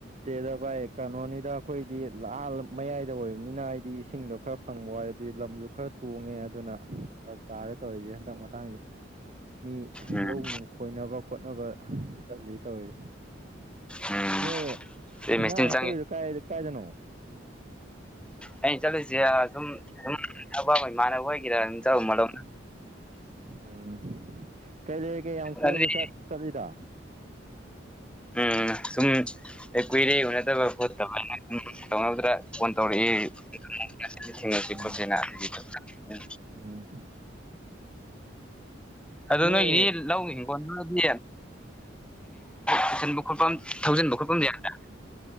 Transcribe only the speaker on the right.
ꯇꯦꯗ ꯚꯏ ꯀꯩꯅꯣꯅꯤꯗ ꯑꯩꯈꯣꯏꯗꯤ ꯂꯥꯜ ꯃꯌꯥꯏꯗ ꯑꯣꯏꯕꯅꯤꯅ ꯍꯥꯏꯗꯤ ꯏꯁꯤꯡꯗꯣ ꯈꯔ ꯐꯪꯕ ꯋꯥꯏ ꯑꯗꯨꯗꯤ ꯂꯝꯁꯨ ꯈꯔ ꯇꯣꯡꯉꯦ ꯑꯗꯨꯅ ꯐꯔꯛ ꯇꯔꯦ ꯇꯧꯔꯤꯁꯦ ꯍꯟꯗꯛ ꯃꯊꯥꯡꯁꯦ ꯃꯤ
ꯂꯧ ꯅꯨꯡ ꯈꯣꯏꯅꯕ ꯈꯣꯠꯅꯕ ꯆꯜꯂꯤꯠ ꯇꯧꯋ
ꯅꯣꯏ
ꯅꯪ ꯍꯥꯏꯆꯔꯤꯗꯣ
ꯀꯥꯏ ꯀꯥꯏꯗꯅꯣ
ꯎꯝ ꯀꯩ ꯂꯩꯔꯤꯒꯦ ꯌꯥꯝ ꯀꯣꯏꯕ
ꯆꯠꯂꯤꯗ
ꯎꯝ
ꯎꯝ
ꯅꯣꯏ